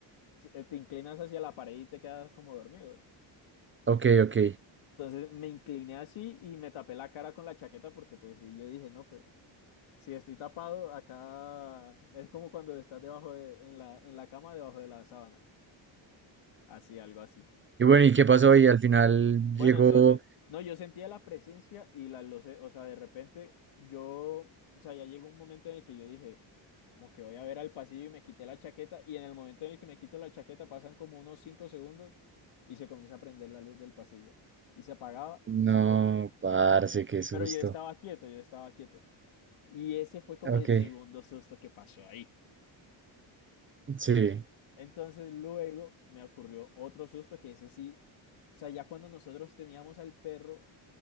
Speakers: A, on the left; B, on the right.
A: si, eh, te inclinas hacia la pared y te quedas como dormido.
B: Ok, ok.
A: Entonces me incliné así y me tapé la cara con la chaqueta porque pues sí, yo dije, no, pues. Si estoy tapado, acá es como cuando estás debajo de, en la, en la cama, debajo de la sábana. Así, algo así.
B: Y bueno, ¿y qué pasó? Y al final
A: Bueno,
B: llegó.
A: entonces, no, yo sentía la presencia y la luz, o sea, de repente yo, o sea, ya llegó un momento en el que yo dije, como que voy a ver al pasillo y me quité la chaqueta y en el momento en el que me quito la chaqueta pasan como unos cinco segundos y se comienza a prender la luz del pasillo y se apagaba y
B: No,
A: se prendía.
B: parce, qué susto.
A: Pero yo estaba quieto, yo estaba quieto. Y ese fue como
B: Ok,
A: el segundo susto que pasó ahí.
B: sí.
A: Entonces luego me ocurrió otro susto que ese sí, o sea, ya cuando nosotros teníamos al perro,